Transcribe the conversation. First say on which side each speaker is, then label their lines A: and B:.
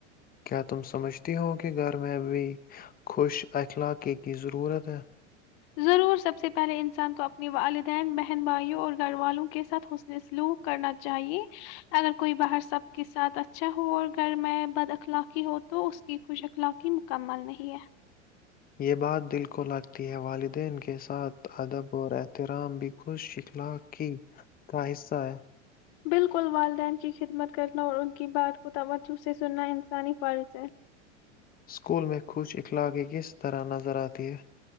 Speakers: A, on the left; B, on the left.
A: کیا تم سمجھتی ہو کہ گھر میں ابھی خوش اخلاقی کی ضرورت ہے
B: ضرور سب سے پہلے انسان کو اپنے والدین بہن بھائیوں اور گھر والوں کے ساتھ حسن سلوک کرنا چاہیے اگر کوئی باہر سب کے ساتھ اچھا ہو اور گھر میں بد اخلاقی ہو تو اس کی خوش اخلاقی مکمل نہیں ہے
A: یہ بات دل کو لگتی ہے، والدین کے ساتھ ادب اور احترام بھی خوش اخلای کا حصہ ہے
B: بالکل والدین کی خدمت کرنا اور ان کی بات کو توجہ سے سننا انسانی فرض ہے
A: سکول میں خوش اخلاقی کس طرح نظر آتی ہے